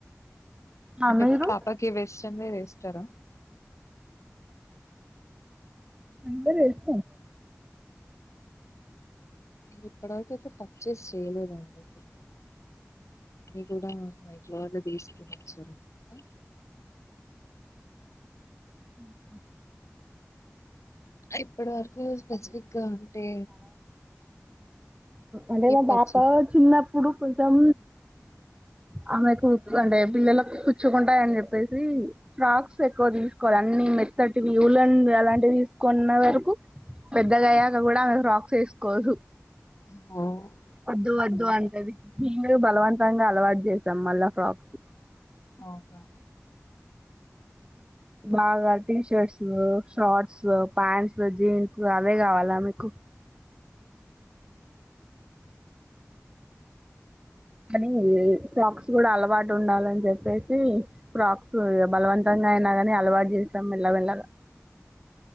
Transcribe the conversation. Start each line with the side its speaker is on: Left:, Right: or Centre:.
Right: ఆ
Left: అంటే
Right: మీరు
Left: పాపకి వెస్టర్న్ వేర్ వేస్తారా
Right: అందరు వేస్తారు
Left: ఇప్పుడి వరకు అయితే పర్చేస్ చెయ్యలేదండి కూడా మా ఇంట్లో వాళ్ళు తీసుకున్నారు సరే క
Right: మ్మ్ హు
Left: ఇప్పటి వరకు స్పెసిఫిక్ గా అంటే
Right: అంటే
Left: ఏం
Right: మా
Left: పర్చేస్
Right: పాప చిన్నప్పుడు కొంచెం అమెకు అంటే పిల్లలకు కుచ్చుకుంటాయని చెప్పేసి ఫ్రాక్స్ ఎక్కువ తీసుకోలే అన్ని మెత్తటివి ఉలన్ అలాంటివి కొన్న వరకు పెద్దగా అయ్యాక కూడా ఆమె ఫ్రాక్స్ వేసుకోదు
Left: అవున
Right: వద్దు వద్దు అంటది మేము బలవంతంగా అలవాటు చేసాం మళ్ళా ఫ్రాక్స్
Left: అవునా ఆ
Right: బాగా టీషర్ట్స్, షార్ట్స్, ప్యాంట్స్, జీన్స్ అవే కావాలామేకు కానీ ఫ్రాక్స్ గూడా అలవాటు ఉండాలన్ చెప్పేసి ఫ్రాక్స్ ఇగ బలవంతంగా అయినా గాని అలవాట్ జేస్తం. మెల్ల మెల్లగా